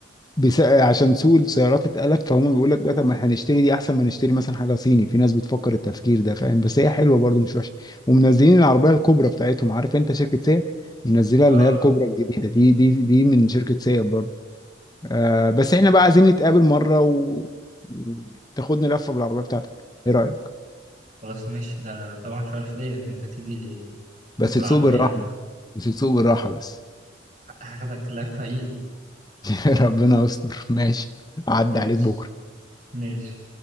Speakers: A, on the left; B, on the right.
A: بس... آه، عشان سوق السيارات اتقلب فهم بيقول لك بقى طب ما احنا نشتري دي احسن ما نشتري مثلا حاجه صيني في ناس بتفكر التفكير ده فاهم بس هي حلوه برضو مش وحشه ومنزلين العربيه الكبرى بتاعتهم عارف انت شركه سيات منزلها
B: اه
A: اللي هي الكبرى الجديده دي دي دي من شركه سيات برضو آه بس احنا بقى عايزين نتقابل مره و... وتاخدني لفه بالعربيه بتاعتك ايه رايك
B: خلاص ماشي ده طبعا مش عارف ليه إن أنت تيجي
A: بس
B: تدخل
A: تسوق
B: العربية
A: بالراحة بس تسوق بالراحة بس
B: هاخدك لفة إيه
A: <laughs> ربنا يستر ماشي عدى
B: ماشي
A: عليك بكرة
B: ماشي